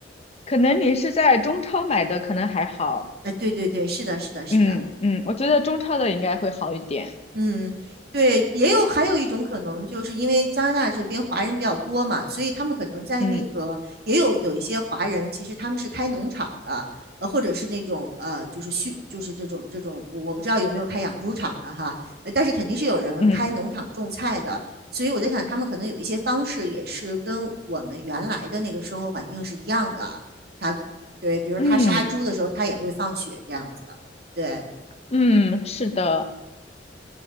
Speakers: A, on the left; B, on the right.
A: 可能你是在中超买的，可能还好。
B: 呃，对对对，是的，是的，是的。
A: 嗯嗯，我觉得中超的应该会好一点。
B: 嗯，对，也有还有一种可能，就是因为加拿大这边华人比较多嘛，所以他们可能在那个也有有一些华人，
A: 嗯
B: 其实他们是开农场的，呃，或者是那种呃，就是畜，就是这种这种，我我不知道有没有开养猪场的哈，呃，但是肯定是有人开农场种菜的，
A: 嗯
B: 所以我在想，他们可能有一些方式也是跟我们原来的那个生活环境是一样的，他对，比如他杀猪的时候，
A: 嗯
B: 他也会放血这样子，对
A: 嗯，是的。